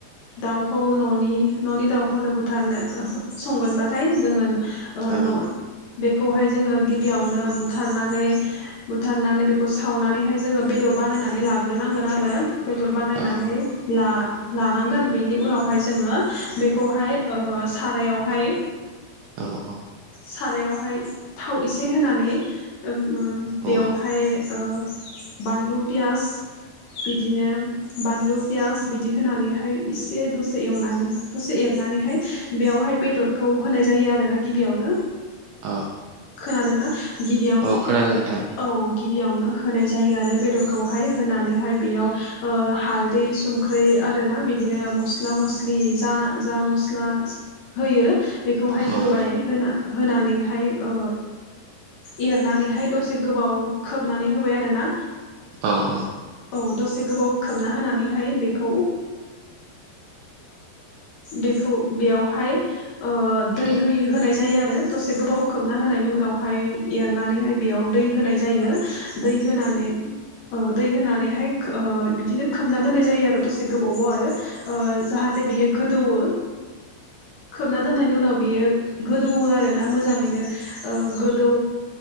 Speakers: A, on the left; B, on the right.
A: दाउखौ न'नि न'नि दाउखौनो बुथारनो संगोनबाथाय जोङो ओ
B: औ
A: बे खौहाय जोङो गिबियावनो बुथारनानै बुथारनानै बेखौ सावनानैहाय जोङो बेदर बानायनानै लाग्रोनांगोन आरो बेदर बानायनानै।
B: औ
A: ला लानांगोन बेनि उनावहाय जोङो बेखौहाय ओ सा राययावहाय।
B: औ औ
A: सारायावहाय थाव एसे होनानै उम
B: औ
A: बेवहाय ओ बानलु पियास बिदिनो बानलु पियास बिदि होनानैहाय एसे दसे एवनानै दसे एरनानैहाय बेयावहाय बेदरखौ होनाय जायो आरो ना गिबियावनो।
B: औ
A: खोनादोंना? गिबियावनो
B: औ खोनादों नोंथां
A: औ गिबियावनो होनाय जायो आरो बेदरखौहाय होनानैहाय बेयाव ओ हालदै संख्रि आरोना बिदिनो मस स्ला मस्लि जाना जा मस्ला होयो। बेखौहाय
B: औ
A: होबाय होना। होनानैहाय। ओ एरनानैहाय दसे गोबाव खोबनानै होबाय आरोना।
B: औ औ
A: औ दसे गोबाव खोबना होनानैहाय बेखौ। बेखौ बेयावहाय। ओ दै
B: औ ओं औ
A: हो होनाय जायो आरो। दसे गोबाव खोबना होनायनि उनावहाय। एरनानैहाय बेयाव दै होनाय जायो। दै होनानै औ। दै होनानैहाय ओ बिदिनो खोबना दोननाय जायो आरो दसे गोबाव बाव आरो। ओ जाहाथ बेयो गोदौवो। खोबना दोननायनि उनाव। बेयो गोदौवो आरोना मोजाङैनो। ओ गोदौ